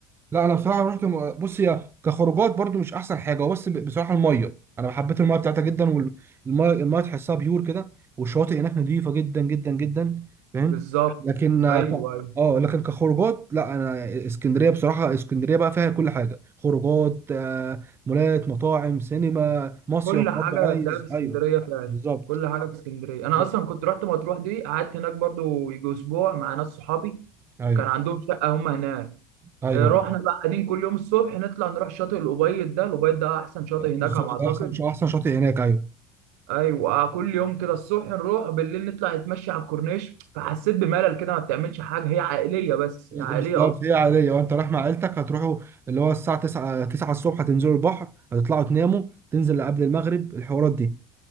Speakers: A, on the right; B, on the right.
A: لا انا بصراحه رحت م- بص هي كخروجات برضو مش احسن حاجه هو بس ب- بصراحه الميه انا حبيت الميه بتاعتها جدا والميه الميه تحسها بيور كده والشواطئ هناك نظيفه جدا جدا جدا فاهم
B: بالظبط
A: لكن آه،
B: ايوه
A: ك-
B: ايوه.
A: اه لكن كخروجات لا انا اسكندريه بصراحه اسكندريه بقى فيها كل حاجه خروجات آه، مولات مطاعم سينما مصيف
B: كل حاجة
A: برضو عايز
B: هتلاقيها في اسكندرية
A: ايوه
B: فعلا
A: بالظبط
B: كل حاجة في اسكندرية
A: بالظبط
B: أنا أصلا كنت رحت مطروح دي قعدت هناك برضو يجي أسبوع مع ناس صحابي
A: ايوه
B: كان عندهم شقة هم هناك
A: ايوه
B: آه، رحنا بقى قاعدين كل يوم الصبح نطلع نروح شاطئ الأبيض ده الأبيض ده أحسن شاطئ هناك
A: بالظبط
B: على ما أعتقد
A: احسن احسن شاطئ هناك ايوه
B: أيوة آه، كل يوم كده الصبح نروح بالليل نطلع نتمشى على الكورنيش فحسيت بملل كده ما بتعملش حاجة هي عائلية بس
A: بالظبط
B: عائلية أكتر
A: هي عادية وانت رايح مع عيلتك هتروحوا اللي هو الساعة 9 9 الصبح تنزلوا البحر هتطلعوا تناموا تنزل قبل المغرب الحوارات دي